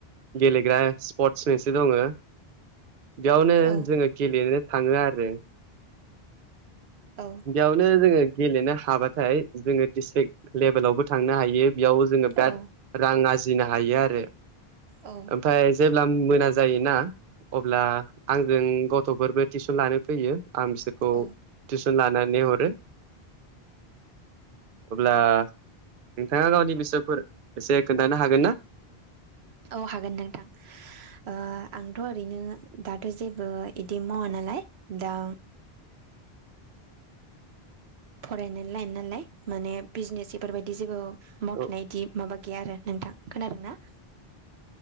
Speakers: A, on the right (about 65°); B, on the right (about 85°).
A: गेलेग्रा स्पर्टस मोनसे दङो बेयावनो
B: औ
A: जोङो गेलेनो थाङो आरो
B: औ
A: बेयावनो जोङो गेलेनो हाबाथाय जोङो डिस्ट्रिक लेबेलावबो थांनो हायो बेयाव जोङो बिराद
B: औ
A: रां आरजिनो हायो आरो
B: औ
A: ओमफ्राय जेब्ला मोना जायोना अब्ला आंजों गथ'फोरबो टिउसन लानो फैयो आं बिसोरखौ
B: औ
A: टिउसन लानानै हरो अब्ला नोंथाङा गावनि बिसयफोर एसे खोन्थानो हागोन ना
B: औ हागोन नोंथां आंथ' ओरैनो दाथ' जेबो इदि मावा नालाय दा फरायनायनि लाइन नालाय माने बिजनेस इफोरबायदि जेबो मावथ'नाय
A: औ
B: इदि माबा गैया आरो नोंथां खोनादों ना